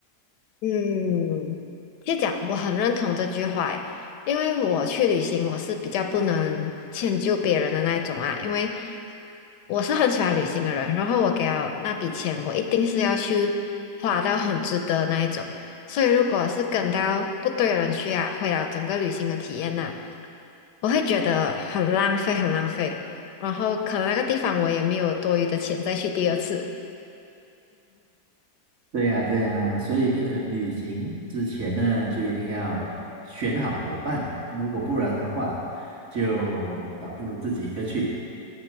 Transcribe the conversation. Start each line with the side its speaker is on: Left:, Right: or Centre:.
Left: 嗯，就讲我很认同这句话诶，因为我去旅行，我是比较不能迁就别人的那一种啊，因为我是很喜欢旅行的人，然后我给了那笔钱，我一定是要去花到很值得那一种，所以如果是跟到不对的人去啊，毁了整个旅行的体验呐、我会觉得很浪费，很浪费，然后可能那个地方我也没有多余的钱再去第二次。
Right: 对呀，对呀，所以变成旅行之前呢，就一定要选好伙伴，如果不然的话，就倒不如自己一个去。